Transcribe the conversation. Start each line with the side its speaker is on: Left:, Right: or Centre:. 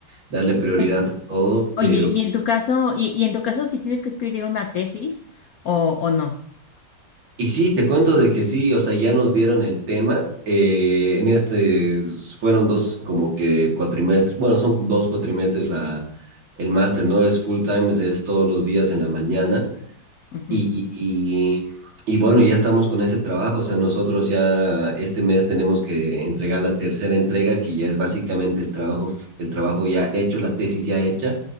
Right: darle prioridad
Left: Oye,
Right: a todo, pero
Left: oye, y en tu caso, y, y en tu caso, si tienes que escribir una tesis o, o no.
Right: Y sí, te cuento de que sí, o sea, ya nos dieron el tema. eh, en este fueron dos como que cuatrimestres, bueno, son dos cuatrimestres la, el máster, ¿no? Es full time, es, es todos los días en la mañana.
Left: Ujú.
Right: Y, y, y bueno, ya estamos con ese trabajo, o sea, nosotros ya este mes tenemos que entregar la tercera entrega, que ya es básicamente el trabajo, f- el trabajo ya hecho, la tesis ya hecha.